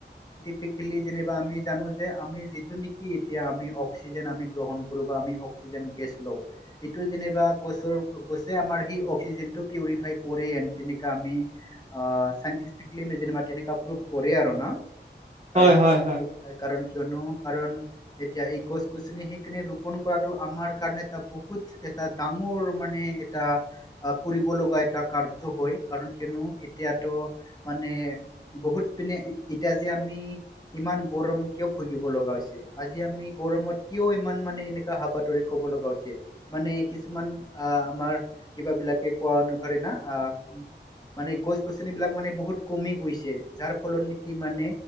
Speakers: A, on the left; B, on the right.
A: চিকি যে আমি জানো যে আমি যিটো নেকি এতিয়া আমি অক্সিজেন আমি গ্ৰহণ কৰোঁ বা আমি অক্সিজেন গেছ লওঁ, এইটো যেনিবা গছৰ গছে আমাৰ সেই অক্সিজেনটো পিউৰিফাই কৰে জেনকা আমি আ চাইন্তিফিকেলী যো তেনেুৱা প্ৰুভ কৰে আৰু ন কাৰণ
B: হয় হয় হয়
A: কাৰণ কিয়নো কাৰণ এতিয়া এই গছ গছনি সেইখিনি ৰোপন কৰাটো আমাৰ কাৰণে এ তটা বহুত এটা ডাঙৰ মানে এটা কৰিব লগা এটা কাৰ্য্য হয় কাৰণ কিয়নো এতিয়া তটো মানে বহুত পিনে ইতিয়া যে আমি ইমান গৌৰম কিয় ভুগিব লগা হৈছে আজি আমি গৰমত কিয় ইমান মানে এনে হাপাধৰি কব লগা হৈছে মানে কিছুমান আ আমাৰ কিবা বিলাকে কোৱা অনুকনা অ মানে গছ গছনিবলাক মানে বহুত কমি গৈছে যাৰ ফলত নেকি মানে